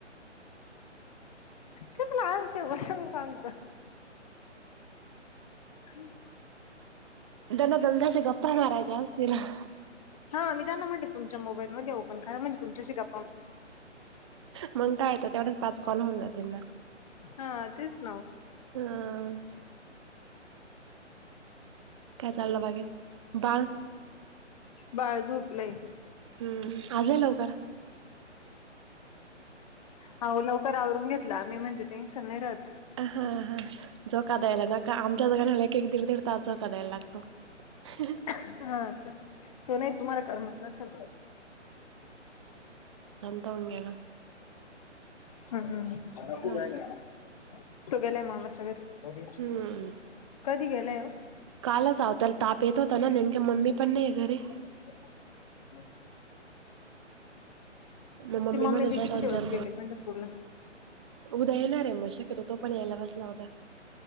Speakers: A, on the left; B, on the right.
A: कस ना आज तेव सांगत. हम्.
B: त्यांना दंदाश गप्पा मारायचा अस दिला.
A: हा मी त्यांना म्हटते तुमच्या मोबाईलमध्ये ओपण खय म्हणजेुमच्याशीिका.
B: मग काय येतो तेवढच पाच कॉल होऊन जात त्यांना.
A: हा तच नाव.
B: ह. काय चाललं बाकी बाळ
A: बाळजोपलेय.
B: हम्म आज लयी लवकर
A: आवो लवकर आवरून ला म्हणजे टेनशन नाही राहत
B: हा हा झोका द्यायला नका आमच्याच गाणाला एक एक दीड दीड तास झोका द्यायला लागतो ह <unintelligible>
A: हा का तो नाही तुम्हाला करमत नसेल
B: तवंगेला
A: हम्म हम्म
B: असं
A: तो गेलाय मामाच्या घरी
B: हम्म
A: कधी गेलाये ओ
B: कालच आव त्याला ताप येत होता ना नेमक्या मम्मी पण नाही घरी
A: हम् <unintelligible>
B: मग
A: ते मम्मी
B: म्हणे जा
A: ते किती
B: दोन
A: दिवस
B: चार
A: गेले पंढरपूरला
B: उद्या येणार आहे मग शक्यतो तो पण यायला बसला होता